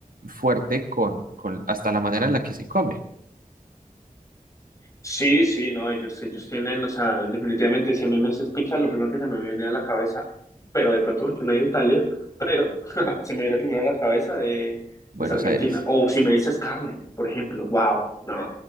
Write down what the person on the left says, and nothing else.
Sí, sí, no, ellos, ellos tienen, o sea, definitivamente, si a mí me haces pizza, lo primero que se me viene a la cabeza, pero de pronto porque no es de Italia, pero <laughs> se me viene primero a la cabeza eh,
es Argentina.
O si me dices carne, por ejemplo, wow, no,